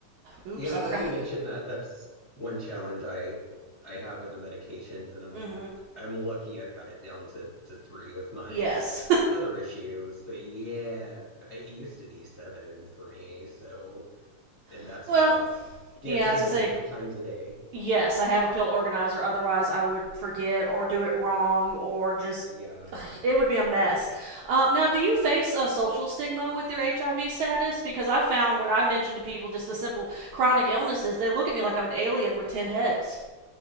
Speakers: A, on the right; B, on the left.
A: oops,
B: yeah, I'm
A: I
B: glad
A: forgot.
B: you mentioned that. That's one challenge I I have with the medications, and I'm
A: mm-hmm.
B: I'm lucky I've got it down to to three with my
A: Yes.
B: other issues. But yeah, f- it used to be seven for me, so and that's
A: <laughs> well,
B: rough. Do
A: yeah,
B: you have to
A: I
B: take
A: was gonna
B: them
A: say
B: at different times a day?
A: Yes, I have a pill organizer. Otherwise, I would forget or do it wrong or just.
B: Yeah.
A: <sighs> It would be a mess. Um, now, do you face a social stigma with your HIV status? Because I found when I mention to people just the simple chronic illnesses, they look at me like I'm an alien with 10 heads.